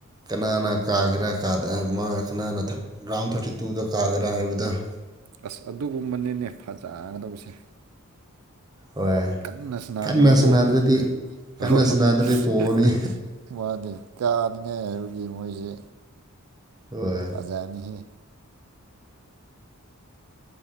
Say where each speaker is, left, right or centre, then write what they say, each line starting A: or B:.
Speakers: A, on the right; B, on the right.
A: ꯀꯅꯥꯅꯥ ꯀꯥꯒꯦꯔ ꯗ ꯃꯥ ꯀꯅꯥꯅ ꯔꯥꯎꯟ ꯊꯥꯔꯇꯤ ꯇꯨꯗ ꯀꯥꯒꯦꯔꯥ ꯍꯥꯏꯕꯗꯨ
B: ꯑꯁ ꯑꯗꯨꯒꯨꯝꯕꯅꯤꯅꯦ ꯐꯖꯒꯗꯕꯁꯦ
A: ꯍꯣꯏ
B: ꯀꯟꯅ ꯁꯥꯅꯥꯅꯦꯕꯀꯣ
A: ꯀꯟꯅ ꯁꯥꯟꯅꯗ꯭ꯔꯗꯤ
B: ꯍꯣꯏ
A: ꯀꯟꯅ
B: ꯍꯣꯏ
A: ꯁꯥꯟꯅꯗ꯭ꯔꯗꯤ ꯄꯣꯅꯤ
B: ꯍꯦ ꯍꯦ ꯍꯦ ꯃꯥꯅꯤ ꯀꯥꯅꯤꯡꯉꯥꯏ ꯍꯥꯏꯕꯒꯤ ꯃꯣꯏꯁꯦ
A: ꯍꯣꯏ
B: ꯐꯖꯅꯤꯍꯦ